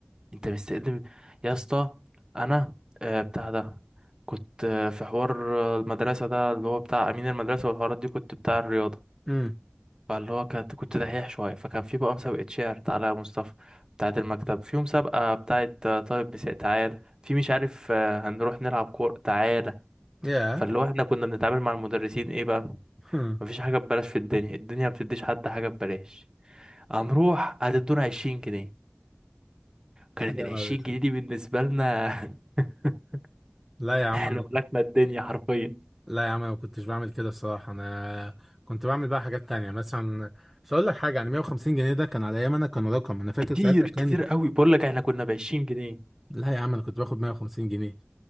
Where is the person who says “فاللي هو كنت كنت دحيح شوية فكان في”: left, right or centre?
Right